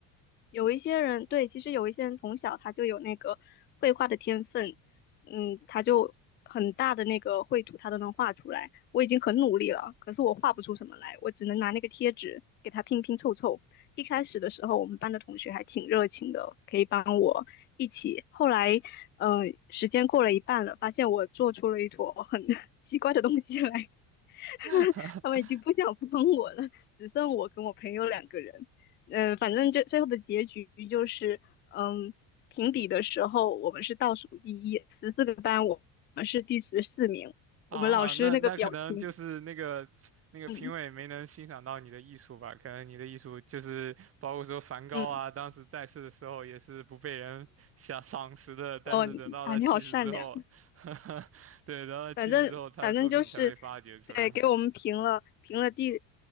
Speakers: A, on the left; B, on the right.
A: 有一些人，对，其实有一些人从小他就有那个绘画的天分，嗯，他就很大的那个绘图他都能画出来。我已经很努力了，可是我画不出什么来，我只能拿那个贴纸给他拼拼凑凑。一开始的时候，我们班的同学还挺热情的，可以帮我一起。后来，嗯，时间过了一半了，发现我做出了一坨很 <laughs> 奇怪的东西来，<laughs>
B: <laughs>
A: 他们已经不想帮我了，只剩我跟我朋友两个人。嗯、呃反正最最后的结局就是，嗯，评比的时候我们是倒数第一，十四个班我们是第十四名。
B: 啊，
A: 我们老师那个表情，
B: 那那可能就是那个那个评委没能欣赏到你的艺术吧？
A: 嗯
B: 可能你的艺术就是包括说梵高啊，
A: 嗯，
B: 当时在世的时候也是不被人赏赏识的，但是等到他去世之后，
A: 哦啊，你好善良。
B: <laughs> 对，等到他去世之后，
A: 反正反正就是，
B: 他的作品才被发掘出来。
A: 对，给我们评了评了第